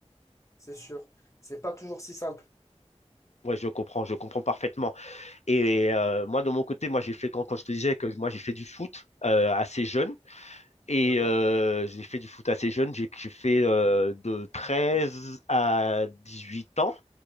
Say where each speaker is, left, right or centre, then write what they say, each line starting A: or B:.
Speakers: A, on the left; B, on the left.
A: c'est sûr. C'est pas toujours si simple.
B: Ouais, je comprends, je comprends parfaitement. Et euh, moi, de mon côté, moi, j'ai fait, quand, quand je te disais que moi, j'ai fait du foot euh, assez jeune. Et
A: D'accord?
B: euh, j'ai fait du foot assez jeune. J'ai j'ai fait euh, de 13 à 18 ans.